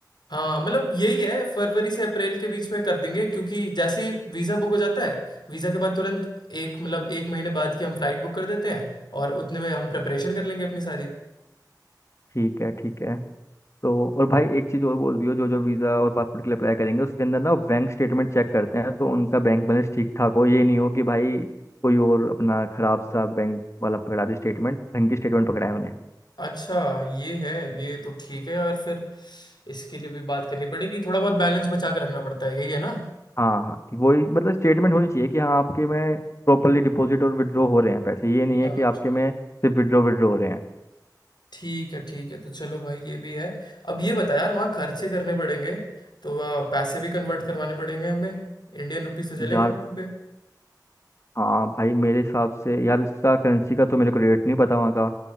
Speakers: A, on the left; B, on the left.
A: हाँ मतलब यही है फरवरी से अप्रैल के बीच में कर देंगे क्योंकि जैसे ही वीज़ा बुक हो जाता है वीज़ा के बाद तुरंत एक मतलब एक महीने बाद की हम फ्लाइट बुक कर देते हैं और उतने में हम प्रेपरेशन कर लेंगे अपनी सारी
B: ठीक है ठीक है तो और भाई एक चीज़ और बोल दियो जो जो वीज़ा और पासपोर्ट के लिए अप्लाई करेंगे उसके अंदर ना बैंक स्टेटमेंट चेक करते हैं तो उनका बैंक बैलेंस ठीक ठाक हो ये नहीं हो कि भाई कोई और अपना खराब सा बैंक वाला पकड़ा दे स्टेटमेंट बैंक की स्टेटमेंट पकड़ा है उन्हें
A: अच्छा ये है ये तो ठीक है यार फिर इसके लिए भी बात करनी पड़ेगी थोड़ा बहुत बैलेंस बचा के रखना पड़ता है यही है ना
B: हाँ हाँ वही मतलब स्टेटमेंट होनी चाहिए कि हाँ आपके में प्रॉपरली डिपॉजिट और विड्रॉ हो रहे हैं पैसे ये नहीं
A: अच्छा
B: है कि
A: अच्छा।
B: आपके में सिर्फ विड्रॉ विड्रॉ हो रहे हैं
A: ठीक है ठीक है तो चलो भाई ये भी है अब ये बता यार वहाँ खर्चे करने पड़ेंगे तो अ, पैसे भी कन्वर्ट करवाने पड़ेंगे हमें इंडियन रुपीस से चलेगा
B: यार
A: नहीं वहाँ पे
B: हाँ भाई मेरे हिसाब से यार इसका करेंसी का तो मेरे को रेट नहीं पता वहाँ का